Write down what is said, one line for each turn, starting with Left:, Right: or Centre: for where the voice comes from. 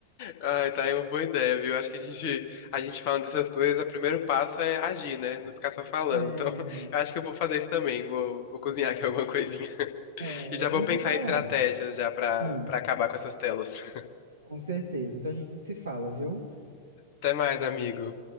Left: Ai, tá aí uma boa ideia, viu? Acho que a gente, a gente falando dessas coisas, o primeiro passo é agir, né? Não ficar só falando.
Right: É,
Left: Então, <laughs> eu acho que eu vou fazer isso também. Vou, vou cozinhar aqui alguma coisinha.
Right: é,
Left: E já
Right: vamos
Left: vou pensar
Right: se falando.
Left: em estratégias já pra,
Right: Isso,
Left: pra acabar com essas telas. <laughs>
Right: com certeza. Então a gente se fala, viu?
Left: Até mais, amigo.